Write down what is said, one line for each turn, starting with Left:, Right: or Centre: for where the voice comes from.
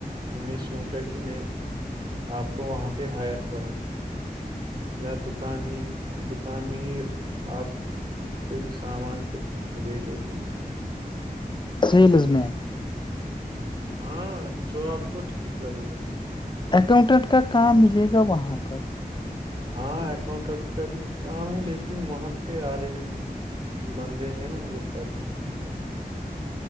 Right: میں نے سوچا کہ میں آپ کو وہاں پہ ہائر کروں یا دکان ہی دکان میں ہی آپ کوئی سامان بیچو <inaudible>
Left: سیلز مین
Right: ہاں جو آپ کو ٹھیک لگے گا
Left: اکاؤنٹنٹ کا کام ملے گا وہاں پر
Right: ہاں اکاؤنٹنٹ کا بھی کام ہے لیکن وہاں پہ آلریڈی بندے ہیں نا وہ کرتے ہیں وہ کام